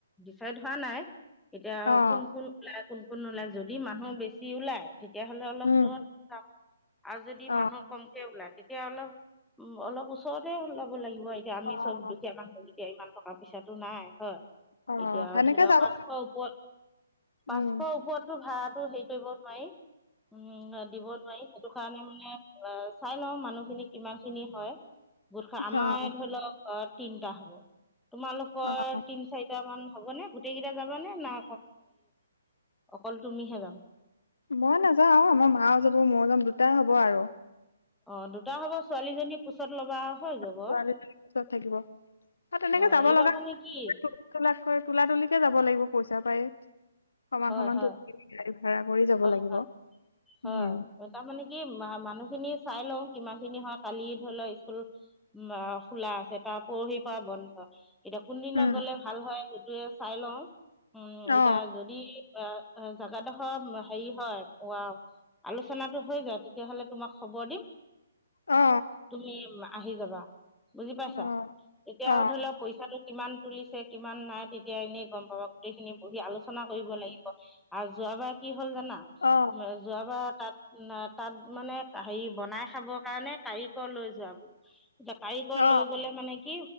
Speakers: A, in the centre; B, on the left.
A: ডিচাইড হোৱা নাই, এতিয়া
B: অ'।
A: কোন কোন ওলাই। কোন কোন ওলায়, যদি মানুহ বেছি ওলায় তেতিয়াহ'লে অলপ
B: উম
A: দূৰত যাম আৰু যদি
B: অ',
A: মানুহ কমকে ওলায় তেতিয়া অলপ উ, অলপ ওচ ওচৰতে ওলাব লাগিব, এতিয়া আমি
B: অ',
A: চব দুখীয়া মানুহ যেতিয়া ইমান টকা পইচাটো নাই। হয়। এতিয়া
B: অ', সেনেকে
A: ধৰি ল'
B: যাব
A: পাঁচশ ওপৰত,
B: উম,
A: পাঁচশৰ ওপৰত টো ভাড়াটো হেৰি কৰিব নোৱাৰি, উম, দিব নোৱাৰি। সেইটো কাৰণে মানে অ' চাই লও মানুহখিনি কিমানখিনি হয়। গোট খাই আমাৰে
B: অ',
A: ধৰি ল ঘৰত তিনটা হ'ব, তোমালোকৰ
B: অ',
A: তিন চাৰি টামান হ'ব নে গোটেই কেইটা যাবানে না অকল তুমিহে যাবা?
B: মই নাযাওঁ, আমাৰ মাও যাব, মই যাম দুটাই হ'ব আৰু।
A: অ' দুটা হ'ব, ছোৱালীজনী কোচত ল'বা। হৈ যাব
B: ছোৱালীজনী কোচত থাকিব আৰু তেনেকে
A: অঁ
B: যাব
A: এইবাৰ
B: লগা
A: মানে
B: <unintelligible>
A: কি
B: লাতকৈ তোলা তুলিকে যাব লাগিব পইচা পায়। সমান
A: হয়
B: সমানটো
A: হয়
B: <unintelligible> গাড়ী ভাড়া কৰি যাব
A: হয়
B: লাগিব।
A: হয়
B: উম।
A: হয় তাৰমানে কি মা-মানুহখিনি চাই লওঁ কিমানখিনি হয়, কালি ধৰি ল স্কুল উ, খোলা আছে। তাৰ পৰহিৰ পৰা বন্ধ, এতিয়া কোনদিনা
B: উম
A: গ'লে ভাল হয় সেইটোয়ে চাই লওঁ। উম,
B: অ
A: এতিয়া যদি এ, এ, জাগাডোখৰ হেৰি হয় উৱা আলোচনাটো হৈ যওঁ তেতিয়াহ'লে তোমাক খবৰ দিম।
B: অ
A: তুমি আহি যাবা। বুজি পাইছা?
B: অ
A: এতিয়া
B: অ
A: আৰু ধৰি লও পইচাটো কিমান তুলিছে, কিমান নাই তেতিয়া এনেই গম পাবা, গোটেইখিনি বহি আলোচনা কৰিব লাগিব। আৰু যোৱাবাৰ কি হ'ল জানা
B: অ
A: যোৱাবাৰ তাত তাত মানে হেৰি বনাই খাবৰ কাৰণে কাৰিকৰ লৈ <unintelligible> এতিয়া কাৰিকৰ
B: অ
A: লৈ গ'লে মানে কি